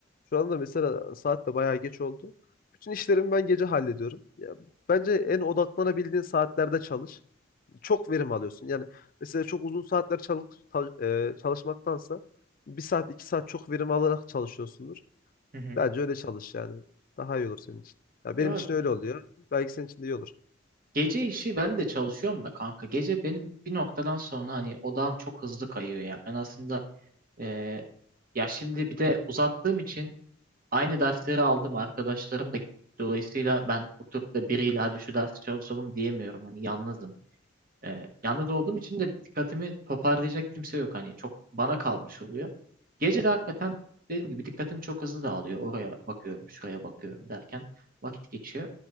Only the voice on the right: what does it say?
Hı hı.
Ya
gece işi ben de çalışıyorum da kanka. Gece benim bir noktadan sonra hani odağım çok hızlı kayıyor ya. Ben aslında e, ya şimdi bir de uzattığım için aynı dersleri aldım arkadaşlarım da gitti. dolayısıyla ben oturup da biriyle hadi şu dersi çalışalım diyemiyorum. Hani yalnızım. Ee, yalnız olduğum için de dikkatimi toparlayacak kimse yok. Hani çok bana kalmış oluyor. Gece de hakikaten dediğim gibi dikkatim çok hızlı dağılıyor. Oraya bakıyorum, şuraya bakıyorum derken vakit geçiyor.